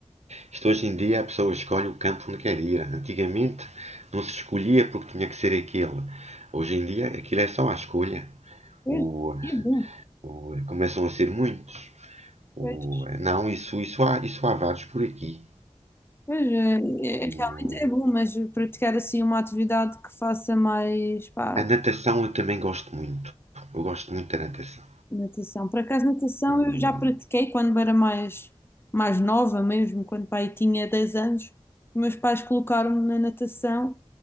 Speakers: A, on the right (about 75°); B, on the left (about 20°).
A: Isto hoje em dia a pessoa escolhe o campo onde quer ir. Antigamente não se escolhia porque tinha que ser aquele. Hoje em dia aquilo é só a escolha.
B: Pois,
A: O,
B: é bom.
A: o- começam a ser muitos. O-
B: Pois.
A: não, isso, isso, há, isso há vários por aqui.
B: Pois, é, é-
A: O-
B: é, realmente é bom, mas praticar assim uma atividade que faça mais, pá,
A: a natação eu também gosto muito. Eu gosto muito da natação.
B: natação. Por acaso, natação
A: O-
B: eu já pratiquei quando era mais, mais nova mesmo, quando pai tinha 10 anos. Os Meus pais colocaram-me na natação,